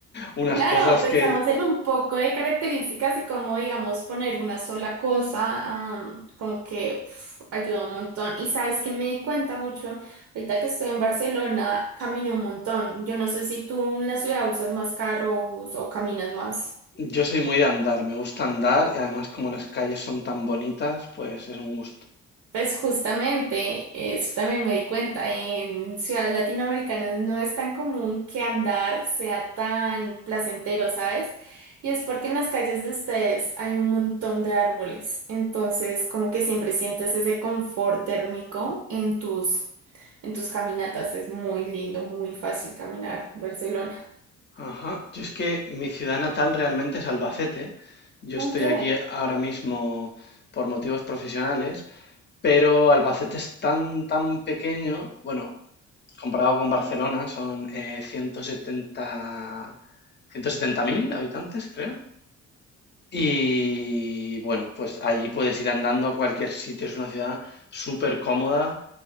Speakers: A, on the left; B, on the right.
A: unas
B: claro,
A: cosas
B: pensamos
A: que
B: en un poco de características y cómo, digamos, poner una sola cosa, am, como que uf, ayuda un montón. Y sabes que me di cuenta mucho, ahorita que estoy en Barcelona, caminé un montón. Yo no sé si tú en la ciudad usas más carro bus, o caminas más.
A: yo soy muy de andar, me gusta andar y además como las calles son tan bonitas, pues es un gusto.
B: Pues justamente, eso también me di cuenta, en ciudades latinoamericanas no es tan común que andar sea tan placentero, ¿sabes? Y es porque en las calles de ustedes hay un montón de árboles, entonces como que siempre sientes ese confort térmico en tus, en tus caminatas, es muy lindo, muy fácil caminar Barcelona.
A: Ajá, yo es que mi ciudad natal realmente es Albacete. Yo
B: Ok.
A: estoy aquí ahora mismo por motivos profesionales, pero Albacete es tan, tan pequeño, bueno, comparado con Barcelona, son eh, 170, mil habitantes, creo. Y bueno, pues allí puedes ir andando a cualquier sitio, es una ciudad súper cómoda,